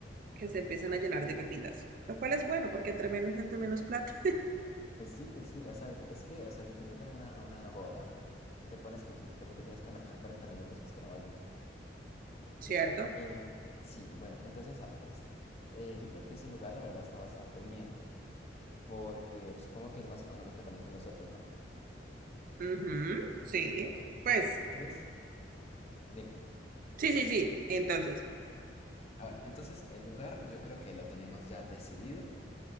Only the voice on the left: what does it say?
pues sí, pues sí, o sea, es que, o sea, si te invitan a una, a una boda y te pones que, que, que porque tienes que manejar 40 minutos, pues que no vayan.
Em, sí, bueno, entonces, a ver, listo. Eh, yo creo que ese lugar, la verdad, está bastante bien, porque supongo que es más económico también que los otros, ¿no?
Ok, listo.
Entonces, dime.
Ah, bueno, entonces el lugar yo creo que lo tenemos ya decidido.